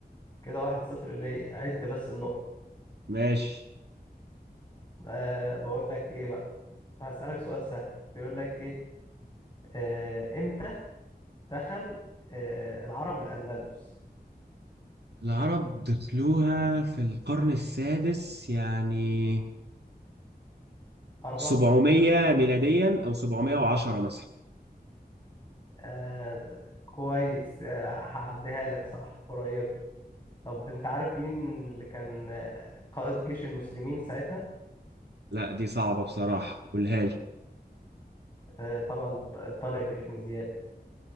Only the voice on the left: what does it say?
كده واحد صفر ليه عد بس النقط
أه بقول لك إيه بقى هسألك سؤال سهل بيقول لك إيه أه إمتى دخل أه العرب الأندلس
قربت
أه كويس آه، هعديها لك صح قريب طب أنت عارف مين اللي كان آه، قائد جيش المسلمين ساعتها؟
آه، طبعا ط- طارق بن زياد